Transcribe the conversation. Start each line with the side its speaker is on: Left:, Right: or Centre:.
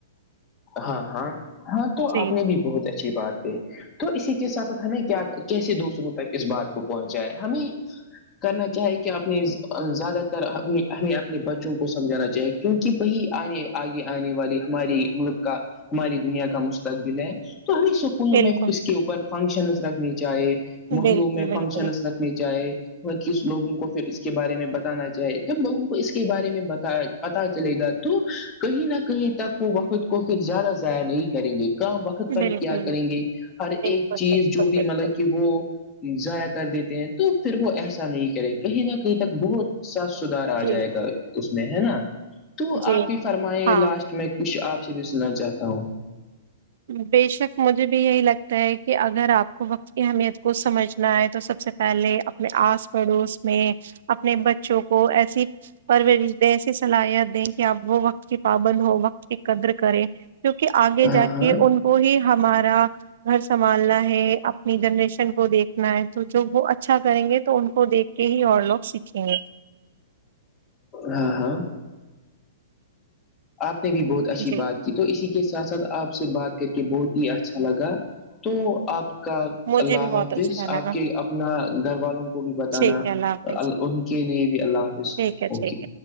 Left: ہاں ہاں ہاں تو
Right: جی
Left: آپ نے بھی بہت اچھی بات کہی تو اسی کے ساتھ ساتھ ہمیں کیا کیسے دوسروں تک اس بات کو پہنچاے ہمیں کرنا کیا ہے کہ اپنے زیادہ تر ہمیں اپنے بچوں کو سمجھانا چاہیے کیونکی وہی آنے آگے آگے آنے والی ہماری ملک کا ہماری دنیا کا مستقبل ہے تو ہمیں سکونوں
Right: بالکل
Left: میں اس کے اوپر فنکشنس رکھنی چاہے محلوں
Right: بالکل
Left: میں
Right: بالکل
Left: فنکشنس رکھنی چاہے کس لوگوں کو فیر اس کے بارے میں بتانا چاہے جب لوگوں کو اس کے بارے میں بتایا جا پتا چلے گا تو کہیں نہ کہیں تک وہ وقت کو زیادہ ضائع نہیں کریں گے کام وقت پر
Right: بالکل
Left: کیا کریں گے ہر ایک
Right: بالکل
Left: چیز
Right: بالکل
Left: جو بھی
Right: بالکل
Left: مطلب کی وہ ضائع کر دیتے ہیں تو فیر وہ ایسا نہیں کریں کہیں نہ کہیں تک بہت سف سدار آ
Right: جی
Left: جائے گا اس میں ہے نا تو
Right: جی
Left: آپ بھی فرمائے
Right: ہاں
Left: لاسٹ میں کچھ آپ سے بھی سننا چاہتا ہوں
Right: بے شک مجھے بھی یہی لگتا ہے کہ اگر آپ کو وقت کی اہمیت کو سمجھنا ہے تو سب سے پہلے اپنے آس پڑوس میں اپنے بچوں کو ایسی پر وہ رشتےہ ایسی صلاحیت دیں کہ آپ وہ وقت کی پابند ہو وقت قدر کرے کیونکہ آگے
Left: ہاں
Right: جا
Left: ہاں
Right: کے ان کو ہی ہمارا گھر سنبھالنا ہے اپنی جنریشن کو دیکھنا ہے تو جب وہ اچھا کریں گے تو ان کو دیکھ کہ ہی اور لوگ سیکھیں گے
Left: ہاں ہاں آپ نے بھی بہت اچھی
Right: جی
Left: بات تو اسی کے ساتھ ساتھ آپ سے بات کر کے بہت ہی اچھا لگا تو آپ کا
Right: مجھے
Left: اللہ
Right: بھی بہت
Left: حافظ
Right: اچھا
Left: آپ
Right: لگا
Left: کے اپنا گھر والوں کو بھی بتانا
Right: ٹھیک ہے اللہ حافظ
Left: ال ان کے لیے بھی اللہ حافظ
Right: ٹھیک ہے
Left: اوکے
Right: ٹھیک